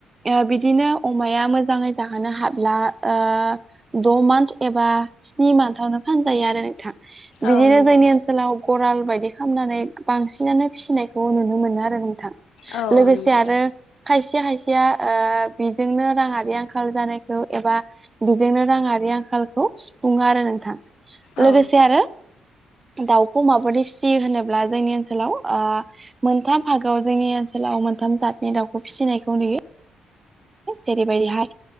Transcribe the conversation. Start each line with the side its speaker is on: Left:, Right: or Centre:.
Right: ओ बिदिनो अमाया मोजाङै जाहोनो हाब्ला द' मान्थ एबा स्नि मान्थावनो फानजायो आरो नोंथां। बिदिनो
Left: औ नंगौ
Right: जोंनि ओनसोलाव गराल बायदि खालामनानै बांसिनानो फिसिनायखौ नुनो मोनो। आरो नोंथां
Left: औ औ
Right: लोगोसे
Left: नंगौ
Right: आरो खायसे खायसे या बेजोंनो राङारि आंखाल जानायखौ एबा बेजोंनो राङारि आंखालखौ सुफुङो आरो नोंथां
Left: औ
Right: लोगोसे आरो दाउखौ माबोरै फिसियो होनोब्ला जोंनि ओनसोलाव ओ मोनथाम भागआव जोंनि ओनसोलाव मोनथाम जातनि दाउखौ फिसिनायखौ नुयो। जेरैबायदि हाय